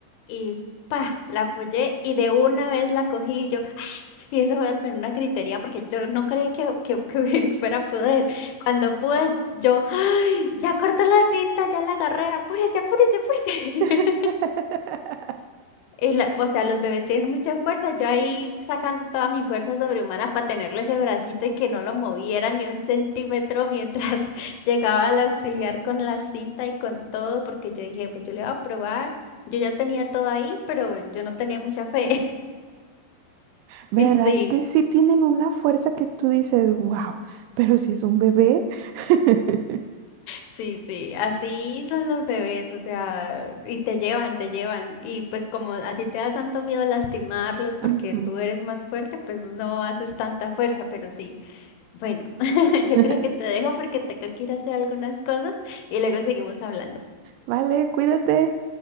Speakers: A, on the left; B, on the right.
A: Y pa, la apoyé y de una vez la cogí y yo, ¡ah! y eso fue al menos una gritería porque yo no creí que, que, que <laughs> fuera a poder. Cuando pude, yo, ¡ay! Ya cortó la cinta, ya la agarré, apúrese, apúrese, apúrese.
B: <laughs>
A: <laughs> Y la- o sea, los bebés tienen mucha fuerza. Yo ahí sacando toda mi fuerza sobrehumana para tenerle ese bracito y que no lo moviera ni un centímetro mientras <laughs> llegaba el auxiliar con la cinta y con todo, porque yo dije, pues yo le voy a probar. Yo ya tenía todo ahí, pero yo no tenía mucha fe. <laughs>
B: ¿Verdad
A: Y sí,
B: que sí tienen una fuerza que tú dices, wow, pero si es un bebé? <laughs>
A: sí, sí, así son los bebés, o sea, y te llevan, te llevan. Y pues como a ti te da tanto miedo lastimarlos porque
B: Ujú.
A: tú eres más fuerte, pues no haces tanta fuerza, pero sí. Bueno, <laughs> yo
B: <laughs>
A: creo que te dejo porque tengo que ir a hacer algunas cosas y luego seguimos hablando.
B: Vale, cuídate.